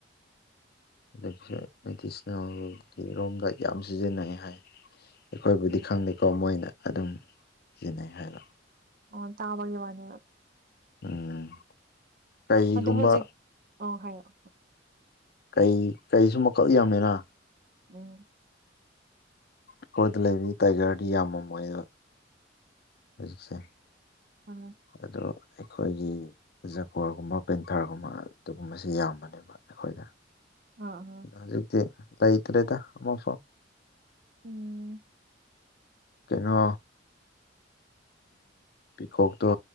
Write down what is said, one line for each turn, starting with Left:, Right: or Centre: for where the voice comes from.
Left: <unintelligible> ꯃꯦꯗꯤꯁꯅꯦꯜꯒꯤ ꯔꯣꯝꯗ ꯌꯥꯝ ꯁꯤꯖꯤꯟꯅꯩ ꯍꯥꯏ ꯑꯩꯈꯣꯏꯕꯨꯗꯤ
Right: ꯑꯣ
Left: ꯈꯪꯗꯦꯀꯣ
Right: ꯑꯣ
Left: ꯃꯣꯏꯅ ꯑꯗꯨꯝ ꯁꯤꯖꯤꯟꯅꯩ ꯍꯥꯏꯕ
Right: ꯑ ꯇꯥꯕꯒꯤ ꯋꯥꯅꯤ
Left: ꯎꯝ ꯀꯩꯒꯨꯝꯕ
Right: ꯑꯗꯣ ꯍꯧꯖꯤꯛ ꯑꯣ ꯍꯥꯏꯌꯣ
Left: ꯀꯩ ꯀꯩꯁꯨ ꯃꯛꯈꯜ ꯌꯥꯝꯃꯦꯅ
Right: ꯎꯝ
Left: ꯑꯩꯈꯣꯏꯗ ꯂꯩꯕꯕꯤ ꯇꯥꯏꯒꯔꯗꯤ ꯌꯥꯝꯃꯝꯃꯣꯏꯌꯦ ꯍꯧꯖꯤꯛꯁꯦ
Right: ꯎꯝ
Left: ꯑꯗꯣ ꯑꯩꯈꯣꯏꯒꯤ ꯖꯒꯣꯔꯒꯨꯝꯕ ꯄꯦꯟꯊꯔꯒꯨꯝꯕ ꯑꯗꯨꯒꯨꯝꯕꯁꯤ ꯌꯥꯝꯕꯅꯦꯕ ꯑꯩꯈꯣꯏꯗ
Right: ꯑ ꯑꯝ
Left: ꯑꯗꯣ ꯍꯧꯖꯤꯛꯇꯤ ꯂꯩꯇ꯭ꯔꯦꯗ ꯑꯃꯐꯧ
Right: ꯎꯝ
Left: ꯀꯩꯅꯣ ꯄꯤꯀꯣꯛꯇꯣ